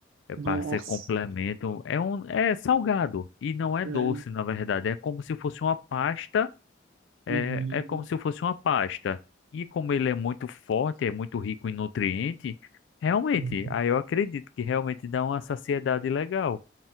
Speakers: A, on the left; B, on the right.
A: É
B: Nossa.
A: para ser complemento. É um, é salgado e não é
B: Aham.
A: doce, na verdade. É como se fosse uma pasta. É,
B: Uhum.
A: é como se fosse uma pasta. E como ele é muito forte, é muito rico em nutriente, realmente,
B: Uhum.
A: aí eu acredito que realmente dá uma saciedade legal.